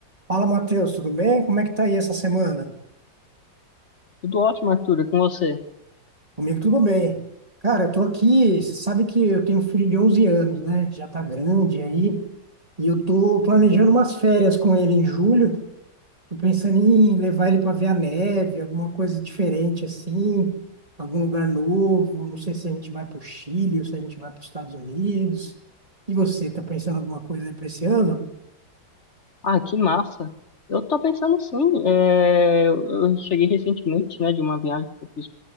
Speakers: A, on the right; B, on the left.
A: Fala, Matheus, tudo bem? Como é que tá aí essa semana?
B: Tudo ótimo, Arthur, e com você?
A: Comigo tudo bem. Cara, eu tô aqui, você sabe que eu tenho um filho de 11 anos, né? Já tá grande aí, e eu tô planejando umas férias com ele em julho. Tô pensando em levar ele para ver a neve, alguma coisa diferente assim, algum lugar novo. Não sei se a gente vai pro Chile ou se a gente vai para os Estados Unidos. E você, tá pensando em alguma coisa aí para esse ano?
B: Ah, que massa! Eu tô pensando sim, é, eu eu cheguei recentemente, né, de uma viagem que eu fiz